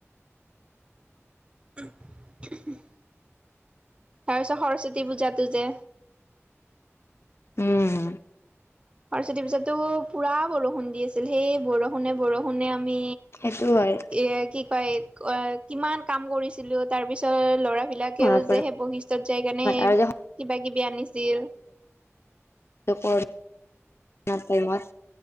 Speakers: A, on the right; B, on the left.
A: <unintelligible> তাৰ পিছত সৰস্বতী পূজাটো যে
B: উম।
A: সৰস্বতীৰ পিছতো পুৰা বৰষুণ দি আছিল। সেই বৰষুণে-বৰষুণে আ আমি
B: সেইটো হয়
A: এ কি কয়, অ'- কিমান কাম কৰিছিলোঁ, তাৰ পিছত এ- ল'ৰাই বিলাকেও
B: মনত পৰে
A: যে সেই বশিষ্টত যাইকেনে
B: আৰু
A: কিবা-কিবি
B: যে
A: আনিছিল।
B: <inaudible> না টাইমত